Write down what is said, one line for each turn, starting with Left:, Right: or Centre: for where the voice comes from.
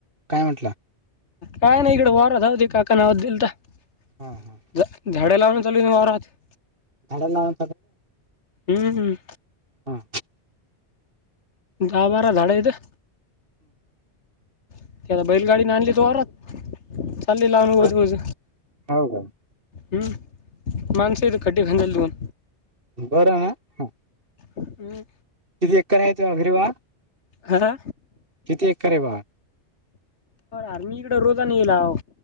Right: काय म्हटलं
Left: काय नाही इकडे वार होते काका नावदल तर
Right: हा हा
Left: झाडे लावून चालू वरात
Right: झाडा लाव
Left: हम्म हम्म
Right: हां
Left: गा बारा ाडतं ते आता बैलगाडी नाही आणली तोरच चालले लावन
Right: बर
Left: बजज
Right: हो का
Left: हम्म माणस येत कटडे खाजल तऊून
Right: बर ना हा
Left: हम्
Right: किती एण आहे त अगरी वा
Left: हा
Right: किती एकर आहे बा
Left: आर मी इकडे रोजनी येला